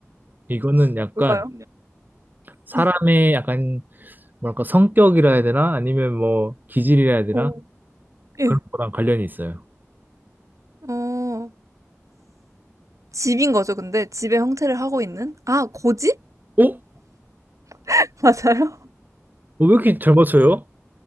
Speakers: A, on the right; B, on the right.
A: 이거는 약간
B: 뭘까요?
A: 사람의
B: 네.
A: 약간 뭐랄까 성격이라 해야 되나? 아니면 뭐 기질이라 해야 되나?
B: 오, 예.
A: 그런 거랑 관련이 있어요.
B: 어, 집인 거죠, 근데? 집의 형태를 하고 있는? 아, 고집?
A: 어? 어,
B: <laughs> 맞아요?
A: 왜 이렇게 잘 맞춰요?